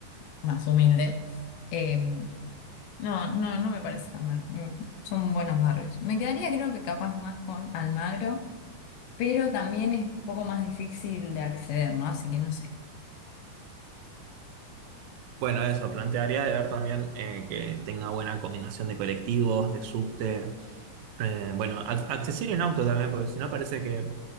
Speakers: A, on the left (about 75°); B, on the right (about 75°).
A: más humilde, eh, no, no, no me parece tan mal, Mm, son buenos barrios. Me quedaría creo que capaz más con Almagro, pero también es un poco más difícil de acceder, ¿no? Así que no sé.
B: Bueno, eso, plantearía de ver también eh, que tenga buena combinación de colectivos, de subte, eh, bueno, ac- accesible en auto también, porque si no parece que